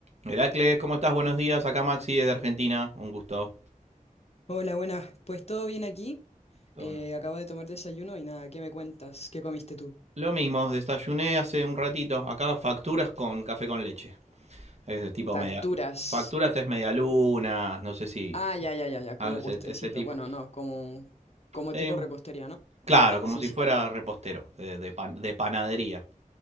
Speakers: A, on the right (about 50°); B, on the left (about 45°).
A: Heracles, ¿cómo estás? Buenos días. Acá Maxi desde Argentina. Un gusto.
B: Hola, buenas. Pues todo bien aquí.
A: Todo
B: Eh,
A: no.
B: acabo de tomar desayuno y nada, ¿qué me cuentas? ¿Qué comiste tú?
A: Lo mismo, desayuné hace un ratito. Acá facturas con café con leche. Es de tipo
B: Facturas.
A: media. Facturas es medialunas, no sé si.
B: Ah, ya, ya, ya, ya, como
A: ah, Ese,
B: postrecito.
A: ese tipo.
B: Bueno, no, como, como
A: Eh,
B: tipo repostería, ¿no?
A: claro,
B: Ya,
A: como
B: sí,
A: si
B: sí.
A: fuera repostero, de, de pan- de panadería.